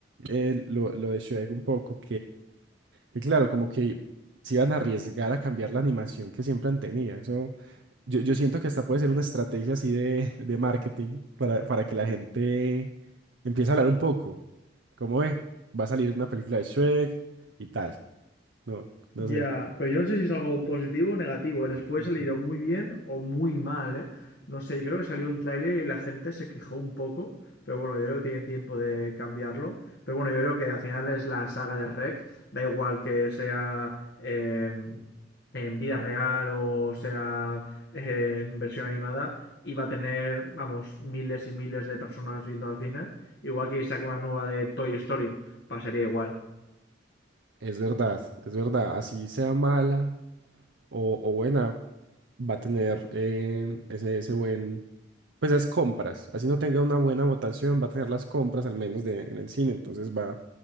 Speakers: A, on the right; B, on the left.
A: eh, lo, lo de Shrek un poco, que claro, como que se iban a arriesgar a cambiar la animación que siempre han tenido. Eso, yo, yo siento que hasta puede ser una estrategia así de, de marketing para, para que la gente empiece a hablar un poco. Como ve, va a salir una película de Shrek y tal. No, no
B: Ya,
A: sé.
B: pero yo no sé si es algo positivo o negativo. ¿eh? Les puede
A: Ujú.
B: salir o muy bien o muy mal, ¿eh? No sé, yo creo que salió un tráiler y la gente se quejó un poco, pero bueno, yo creo que tienen tiempo de cambiarlo. Pero bueno, yo creo que al final es la saga de Rec, da igual que sea en, en vida real o sea en versión animada, y va a tener, vamos, miles y miles de personas viendo al cine. Igual que saca una nueva de Toy Story, pasaría igual.
A: Es verdad, es verdad. Así sea mala o, o buena, va a tener eh, ese, ese buen pues esas compras, así no tenga una buena votación, va a tener las compras al menos de, en el cine, entonces va,